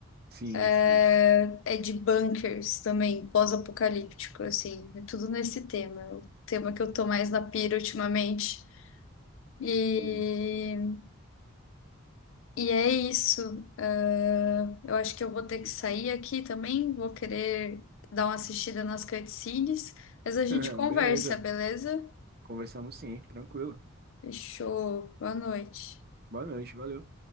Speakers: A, on the right; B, on the left.
A: Sim,
B: É,
A: sim,
B: é de bunkers também, pós-apocalíptico, assim. É tudo nesse tema. É o tema que eu tô mais na pira ultimamente. E
A: sim.
B: E é isso. Ah, eu acho que eu vou ter que sair aqui também. Vou querer dar uma assistida nas cutscenes, mas a gente
A: <laughs>
B: conversa,
A: Beleza.
B: beleza?
A: Conversamos sim, tranquilo.
B: Fechou. Boa noite.
A: Boa noite, valeu.